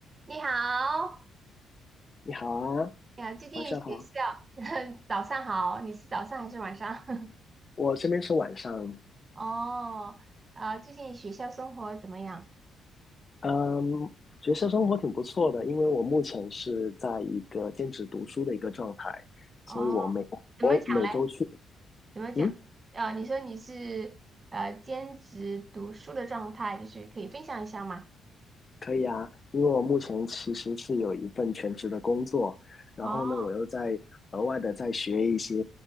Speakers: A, on the right (about 35°); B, on the left (about 35°).
A: 你好，
B: 你好啊，
A: 你好，最近学校，
B: 晚上好。
A: <laughs> 早上好，你是早上还是晚上？
B: 我这边是晚上，
A: <laughs> 哦，啊，最近学校生活怎么样？
B: 嗯，学校生活挺不错的，因为我目前是在一个兼职读书的一个状态，
A: 哦，
B: 所以我每我每周去，
A: 怎么讲嘞？怎么讲？
B: 嗯，
A: 啊，你说你是呃兼职读书的状态，就是可以分享一下吗？
B: 可以啊，因为我目前其实是有一份全职的工作，然后呢，
A: 哦，
B: 我又在额外的在学一些